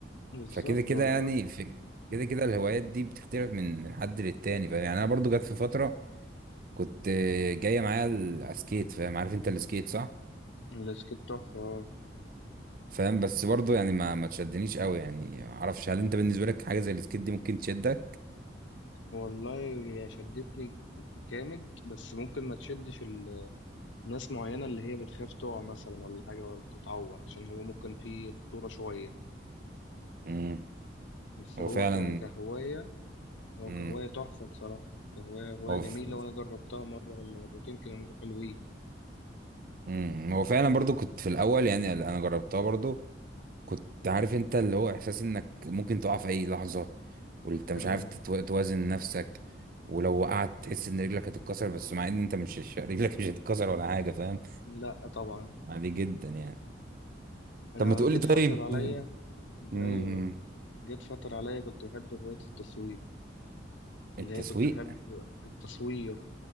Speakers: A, on the left (about 85°); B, on the right (about 50°).
A: بالظبط
B: فكده كده
A: والله
B: يعني في كده كده الهوايات دي بتختلف من من حد للتاني فاهم يعني انا برضو جت في فتره كنت آه، جايه معايا ال- على السكيت فاهم عارف انت السكيت صح
A: السكيت تحفة آه.
B: فاهم بس برضو يعني ما ما تشدنيش قوي يعني ما اعرفش هل انت بالنسبه لك حاجه زي السكيت دي ممكن تشدك
A: والله هي شدتني جامد بس ممكن ما تشدش ال- ناس معينة اللي هي بتخاف تقع مثلا ولا حاجة ولا تتعور عشان هو ممكن فيه خطورة شوية
B: امم
A: بس
B: هو
A: هو
B: فعلا
A: ك- كهواية هو
B: امم
A: كهواية تحفة بصراحة كهواية هواية
B: هو
A: جميلة
B: ف-
A: وأنا جربتها مرة ولا مرتين كانوا حلوين
B: مم. هو فعلا برضو كنت في الاول يعني انا جربتها برضو كنت عارف انت اللي هو احساس انك ممكن تقع في اي لحظة وانت مش
A: آه
B: عارف تتو- توازن نفسك ولو وقعت تحس ان رجلك هتتكسر بس مع ان انت مش <laughs> مش- رجلك مش هتتكسر ولا حاجة فاهم
A: لا طبعا
B: عادي جدا يعني
A: أنا
B: طب ما تقول
A: جيت
B: لي طيب
A: فترة عليا
B: امم،
A: أيوة جيت فترة عليا كنت بحب هواية التصوير اللي
B: التسويق
A: هي كنت بحب التصوير